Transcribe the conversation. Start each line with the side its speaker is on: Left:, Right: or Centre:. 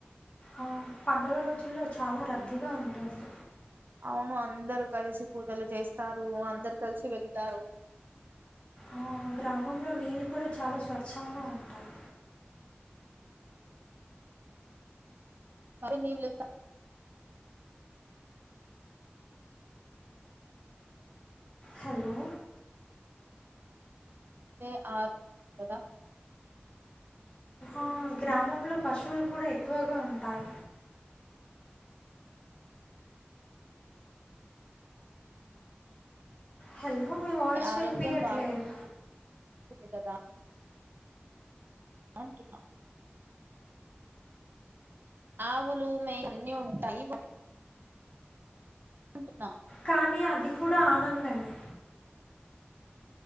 Left: ఆ, పండుగ రోజుల్లో చాలా రద్దీగా ఉంటుంది.
Right: అవును అందరు కలిసి పూజలు చేస్తారు అందరు కలిసి వెళ్తారు.
Left: ఆ, గ్రామంలో నీళ్ళు కూడా చాలా స్వచ్ఛంగా ఉంటాయి.
Right: మరి నీవులుత
Left: హలో
Right: త ఆహ్ కదా
Left: ఆ, గ్రామంలో పశువులు కూడా ఎక్కువగా ఉంటాయి హలో మీ వాయిస్ వినిపియట్లేదు
Right: ఆరోగ్యం బాగుంటుంది కదా అంటున్నా ఆవులు మే అన్ని ఉంటాయి ఓకే
Left: కానీ అది కూడా ఆనందమే